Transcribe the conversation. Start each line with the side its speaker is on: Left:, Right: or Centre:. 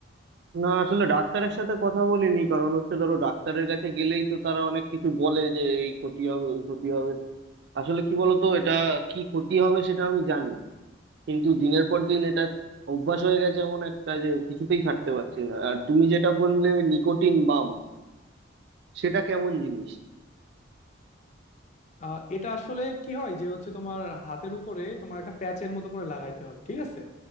Right: না আসলে ডাক্তারের সাথে কথা বলিনি কারণ হচ্ছে ধরো ডাক্তারের কাছে গেলেই তো তারা অনেক কিছু বলে যে এই ক্ষতি হবে ওই ক্ষতি হবে আসলে কি বলতো এটা কি ক্ষতি হবে সেটা আমি জানি কিন্তু দিনের পর দিন এটা অভ্যাস হয়ে গেছে এমন একটা যে কিছুতেই ছাড়তে পারছি না আর তুমি যেটা বললে নিকোটিন বাম সেটা কেমন জিনিস
Left: আহ, এটা আসলে কি হয় যে হচ্ছে তোমার হাতের উপরে তোমার একটা প্যাচের মতো করে লাগাইতে হয় ঠিক আছে